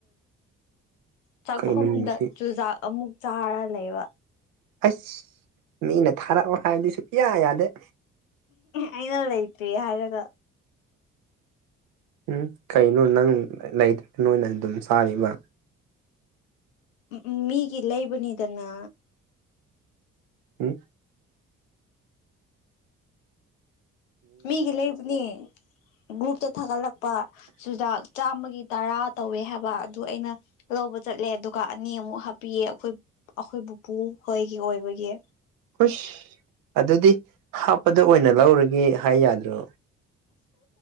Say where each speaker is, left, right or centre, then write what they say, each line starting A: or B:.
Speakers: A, on the left (about 80°); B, on the right (about 60°).
A: ꯆꯥꯛꯈꯨꯝꯗ
B: ꯀꯩꯅꯣ ꯅꯨꯃꯤꯠꯁꯤ
A: ꯆꯨꯖꯥꯛ ꯑꯃꯨꯛ ꯆꯥꯔ ꯂꯩꯕ
B: ꯑꯁ ꯃꯤꯅ ꯊꯥꯔꯛꯑꯣ ꯍꯥꯏꯕꯗꯤ ꯁꯨꯡꯌꯥ ꯌꯥꯗꯦ
A: ꯑꯩꯅ ꯂꯩꯇ꯭ꯔꯦ ꯍꯥꯏꯔꯒ
B: ꯎꯝ ꯀꯩꯅꯣ ꯅꯪ ꯂꯩꯇ꯭ꯔꯒ ꯅꯣꯏꯅ ꯑꯗꯨꯝ ꯆꯥꯔꯤꯕ
A: ꯎꯝ ꯃꯤꯒꯤ ꯂꯩꯕꯅꯤꯗꯅ
B: ꯎꯝ
A: ꯃꯤꯒꯤ ꯂꯩꯕꯅꯦ ꯒ꯭ꯔꯨꯞꯇ ꯊꯥꯒꯠꯂꯛꯄ ꯆꯨꯖꯥꯛ ꯆꯥꯝꯃꯒꯤ ꯇꯔꯥ ꯇꯧꯋꯦ ꯍꯥꯏꯕ ꯑꯗꯨ ꯑꯩꯅ ꯂꯧꯕ ꯆꯠꯂꯦ ꯑꯗꯨꯒ ꯑꯅꯤꯃꯨꯛ ꯍꯥꯞꯄꯤꯌꯦ ꯑꯩꯈꯣꯏ ꯑꯩꯈꯣꯏ ꯄꯨꯕꯨꯄꯨ ꯍꯣꯏꯒꯤ ꯑꯣꯏꯕꯒꯤ
B: ꯍꯁ ꯑꯗꯨꯗꯤ ꯍꯥꯞꯄꯗ ꯑꯣꯏꯅ ꯂꯧꯔꯒꯦ ꯍꯥꯏ ꯌꯥꯗ꯭ꯔꯣ